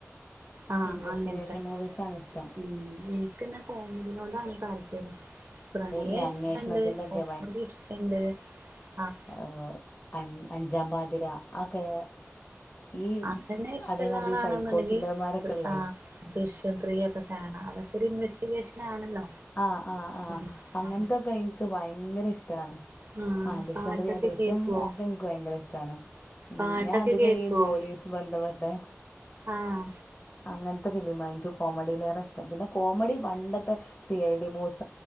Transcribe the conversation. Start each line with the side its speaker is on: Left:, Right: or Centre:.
Right: ആഹ്
Left: ഇൻവെസ്റ്റിഗേഷൻ
Right: അങ്ങൻത്തെ.
Left: മൂവീസാണ് ഇഷ്ടം
Right: ഉം ഇൻക്കിന്നെ കോമടീനോടാണ് താല്പര്യം. പ്രണയേ
Left: ഈ അന്വേഷണത്തിൻ്റെയൊക്കെ
Right: ഇഷ്ടണ്ട്, കോമഡി ഇഷ്ടണ്ട്. ആഹ്
Left: ഏഹ് അൻ അഞ്ചാം പാതിര അതൊക്കെ ഈ
Right: അപ്പനെ ഇഷ്ടള്ള
Left: അതേമാതിരി
Right: ആളാണെന്ന്ണ്ടെങ്കി
Left: ഈ സൈക്കോ കില്ലർമാരൊക്കെ ഇല്ലേ
Right: ആ ദൃശ്യം ത്രീയൊക്കെ കാണാം. അതൊക്കെ ഒരു ഇൻവെസ്റ്റിക്കേഷൻ ആണല്ലോ
Left: ആഹ് ആഹ് ആഹ്
Right: ഉം.
Left: അങ്ങൻത്തൊക്കെ
Right: ആ
Left: എൻക്ക് ഭയങ്കര ഇഷ്ടാണ്
Right: ആ,
Left: ആഹ് ദൃശ്യംത്രീയാ
Right: പാട്ടൊക്കെ
Left: ദൃശ്യം
Right: കേക്കുവോ
Left: ഓക്കെ ഇൻക്ക് ഭയങ്കര ഇഷ്ടാണ്. ഉം
Right: പാട്ടൊക്കെ
Left: ഞാൻ അത്
Right: കേക്കുവോ
Left: കഴി പോലീസ് ബന്ധപ്പെട്ടെ
Right: ആഹ്
Left: അങ്ങൻത്തെ ഫിലിംമാ ഇൻക്ക് കോമഡിയിലേറെ ഇഷ്ടം പിന്നെ കോമഡി പണ്ടത്തെ സി ഐ ഡി മൂസ